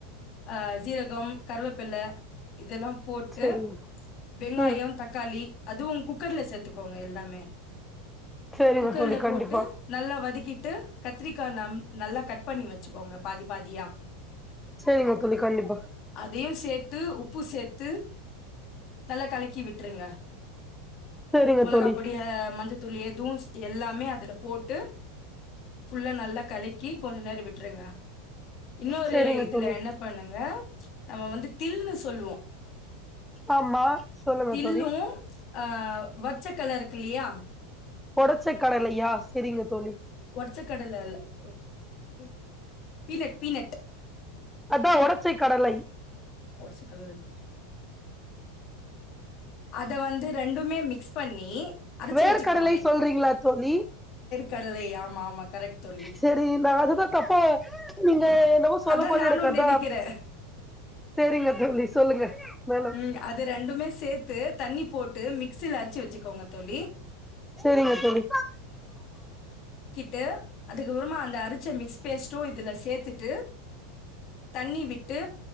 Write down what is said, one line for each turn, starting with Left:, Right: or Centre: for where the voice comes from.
Left: ஆ சீரகம் கருவேப்பில இதெல்லா போட்டு
Centre: சேரிங்க
Left: வெங்காய
Centre: ம்
Left: தக்காளி அதுவும் குக்கர்ல சேத்துக் இருக்கோங்க எல்லாமே
Centre: சேரிங்க
Left: குக்கர்ல
Centre: தோழி கண்டிப்பா
Left: போட்டு நல்லா வதக்கிட் போட்டு கத்திரி கா நம் நல்லா கட் பண்ணி வ வச்சிக்கோங்க பாதி பாதியா
Centre: சேரிங்க தோழி கண்டிப்பா
Left: அதையு சேத்து உப்பு சேத் து நல்ல கலக்கி விட் ருங்க
Centre: சேரிங்க
Left: மொளகா
Centre: தோழி
Left: பொடி ஆ மஞ்ச இதுல எதுவு எல்லாமே அதுல போட்டு ஃபுல்ல நல்லா கலக்கி கொஞ்ச நேரம் விட்டுருங்க இன்னொரு
Centre: சேரிங்க
Left: இதுல
Centre: தோழி
Left: என்ன பண்ணுங்க நம்ம வந்து தில்ன்னு சொல்லுவோ
Centre: ஆமா சொல்லுங்க
Left: தில்லு
Centre: தோழி
Left: ஆ வச்ச கல இருக் <unintelligible>
Centre: உடைச்ச கடலையா சேரிங்க தோழி
Left: உடைச்ச கடலல்வ பி பீனட் பீனட்
Centre: அதா உடச்ச கடலை
Left: <unintelligible> அத வந்து ரெண்டுமே மிக்ஸ் பண்ணி அரச்சு
Centre: வேர்க
Left: வச்சுக்கணு
Centre: கடலை சொல்றீங்களா தோழி
Left: கடலை ஆமா ஆமா கரெக்ட் தோழி
Centre: சேரி நா அதுதா தப்ப நீங்க என்னமோ சொல்லு
Left: அதா
Centre: போது
Left: நானு
Centre: எனக்கு அதா
Left: நெனைக்கிறே
Centre: செரிங்க தோழி சொல்லுங்க நலம்
Left: ம் அது ரெண்டுமே சேத்து தண்ணி போட்டு மிக்சில அரைச்சி வச்சுக்கோங்க தோழி
Centre: சேரிங்க தோழி
Left: ட்டு அதுக்கப்பறமா அந்த அரச்ச மிக்ஸ் பேஸ்ட்டு இதுல சேத்துட்டு தண்ணி விட்டு